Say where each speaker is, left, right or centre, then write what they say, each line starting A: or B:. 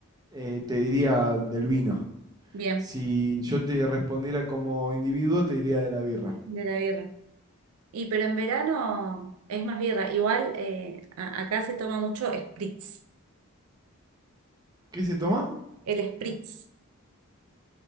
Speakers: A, on the right; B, on the right.
A: eh, te diría del vino.
B: bien,
A: Si yo te respondiera como individuo, te diría de la birra.
B: de la birra. Y pero en verano es más birra. Igual eh, a- acá se toma mucho spritz.
A: ¿Qué se toma?
B: El spritz,